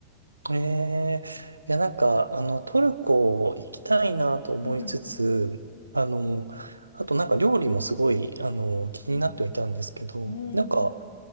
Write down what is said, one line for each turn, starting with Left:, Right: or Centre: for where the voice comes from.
Right: ええ。いや、なんか、あの、トルコ行きたいなと思いつつ、
Left: うんうん
Right: あの、あとなんか料理もすごい、あの、気になってはいたんですけど、
Left: うんうん。
Right: なんか、
Left: うん。